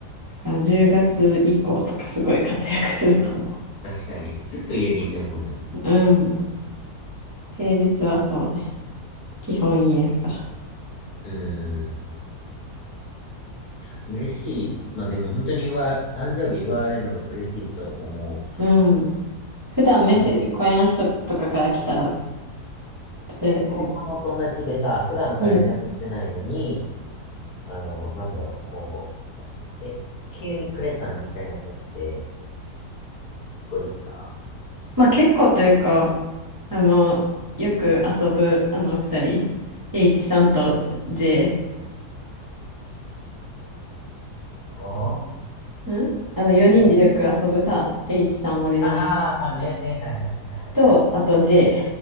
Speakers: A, on the right; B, on the left.
A: だから10月以降とかすごい活躍すると思う。
B: 確かに。ずっと家にいてんもんな。
A: うん。平日はそうね。基本家やから。
B: うん。さ嬉しい。まあでも本当に祝い、誕生日祝われるの嬉しいと思う。
A: うん。普段メッセージ、
B: なんか、
A: 小屋の人とかから来たら、それだけで。
B: え、高校の友達でさ、普段から連絡してないのに、
A: うん。
B: あの、なんだろう、こう、え、急にくれたんみたいなことって、なんか結構言ってた
A: まあ結構というか、あの、よく遊ぶ、あの、二人、H さんと J。
B: えーと、
A: んあの、四人でよく遊ぶさ、
B: え、
A: H さんおるやん。
B: あーあ、ね、ね、はいはい。
A: と、あと J。